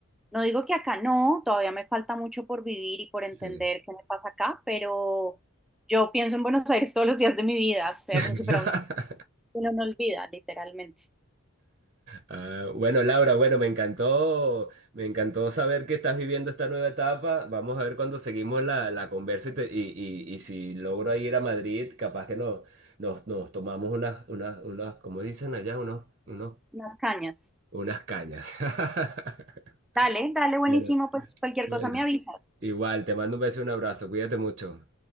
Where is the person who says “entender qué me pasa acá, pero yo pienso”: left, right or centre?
Centre